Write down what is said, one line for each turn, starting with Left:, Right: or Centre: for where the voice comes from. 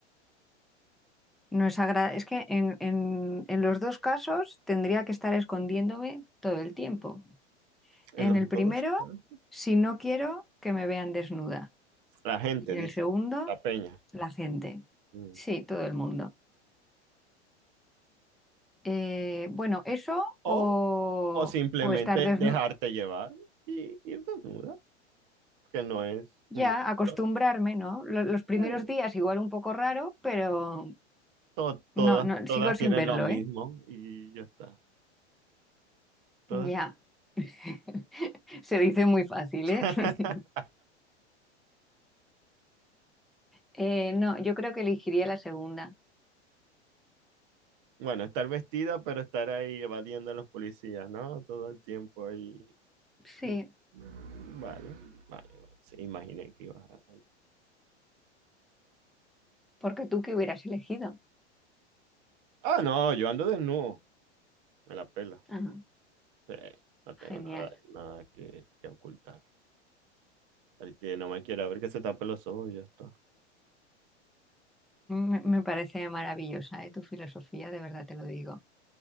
Centre: No es agra- Es que en, en- en los dos casos tendría que estar escondiéndome todo el tiempo.
Right: En
Centre: En
Right: los
Centre: el primero,
Right: dos casos,
Centre: si no quiero que me vean desnuda.
Right: la gente
Centre: Y en
Right: dice,
Centre: el segundo,
Right: la peña.
Centre: la gente.
Right: Mm.
Centre: Sí, todo el mundo. Eh, bueno, eso
Right: O,
Centre: o,
Right: o simplemente
Centre: o estar desnuda.
Right: dejarte llevar y ir desnuda, que no es
Centre: Ya,
Right: un delito.
Centre: acostumbrarme, ¿no? Lo- Los primeros
Right: Eh,
Centre: días igual un poco raro, pero
Right: to- todas,
Centre: no, no,
Right: todas
Centre: sigo sin
Right: tienen
Centre: verlo,
Right: lo mismo
Centre: ¿eh?
Right: y ya está. Todas.
Centre: Ya. <laughs> Se dice muy fácil,
Right: <laughs>
Centre: ¿eh? <laughs> Eh, no, yo creo que elegiría la segunda.
Right: Bueno, estar vestida, pero estar ahí evadiendo a los policías, ¿no? Todo el tiempo ahí.
Centre: Sí,
Right: Mm, Vale, vale. vale. Sí, imaginé que ibas a...
Centre: porque tú qué hubieras elegido.
Right: Ah, no, yo ando desnudo. Me la pela.
Centre: Ah,
Right: Sí, no tengo
Centre: genial.
Right: nada, nada que, que ocultar. El que no me quiera ver que se tape los ojos y ya está.
Centre: Me, me parece maravillosa, ¿eh? Tu filosofía, de verdad te lo digo.